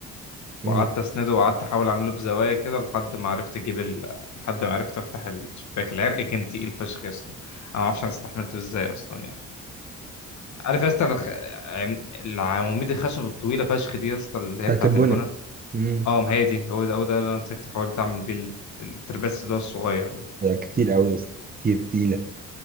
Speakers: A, on the right (about 30°); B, on the left (about 60°).
A: مم.
B: وقعدت اسنده وقعدت احاول اعمله بزوايا كده لحد ما عرفت اجيب ال... لحد ما عرفت افتح الشباك العرق كان تقيل فشخ يا اسطى انا ما اعرفش انا استحملته ازاي اصلا يعني عارف يا اسطى الخ... عم- العواميد الخشب الطويلة فشخ دي يا اسطى اللي هي
A: بتاعت
B: بتاعت
A: البنا
B: البنا
A: مم.
B: اه ما هي دي هو ده هو ده اللي انا مسكت حاولت اعمل بيه ال- الترباس ده الصغير
A: لا، كتير قوي بس كتير تقيله